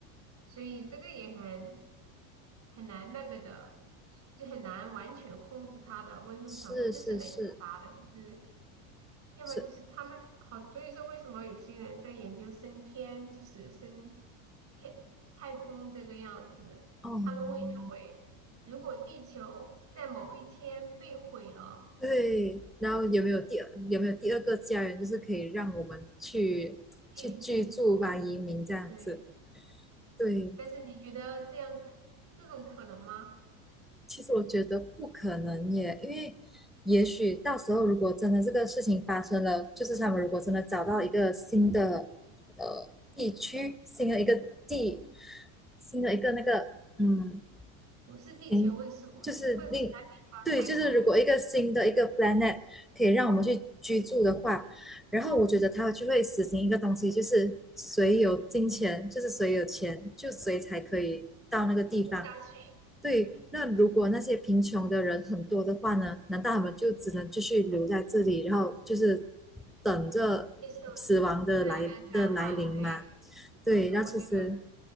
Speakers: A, on the right; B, in the centre.
A: 所以这个也很很难那个的，就很难完全控制它的温度上升，
B: 是是是
A: 这是没办法的，就是要么就是他们好，
B: 是，
A: 所以说为什么有些人在研究升天，就是升天太空这个样子，
B: 哦，
A: 他们会认为，如果地球在某一天被毁了，
B: 对。然后有没有第二有没有第二个家园，就是可以让我们去去居住吧，
A: 可以居住，
B: 移民这样子。
A: 对。
B: 对，
A: 但是你觉得这样这种可能吗？
B: 其实我觉得不可能耶，因为也许到时候如果真的这个事情发生了，就是他们如果真的找到一个新的呃地区、新的一个地、新的一个那个嗯
A: 不是地球，
B: 新，
A: 或者是火星，
B: 就是另对，
A: 或者其他地方太空
B: 就是如果一个新的一个 planet 可以让我们去居住的话，然后我觉得他就会实行一个东西，就是谁有金钱，就是谁有钱，就谁才可以到那个地方。
A: 活下去，
B: 对，那如果那些贫穷的人很多的话呢？难道他们就只能继续留在这里，然后就是等着死亡的来的来临吗？
A: 接受自然的灾害，对，
B: 对，
A: 是我觉得。
B: 那其实